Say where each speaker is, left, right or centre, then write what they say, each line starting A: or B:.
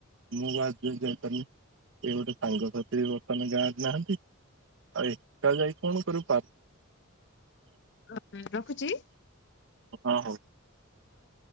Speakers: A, on the right (about 60°); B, on the left (about 55°).
A: ମୁଁ ବା ଯ ଯାଇ ଏ ଗୋଟେ ସାଙ୍ଗସାଥିରୀ ବର୍ତ୍ତମାନ ଗାଁରେ ନାହାନ୍ତି। ଆଇ ଏକା ଯାଇକି କଣ କରିବୁ ପା
B: <unintelligible> ରଖୁଚି।
A: ହଁ ହୋଉ।
B: ହୋଉ।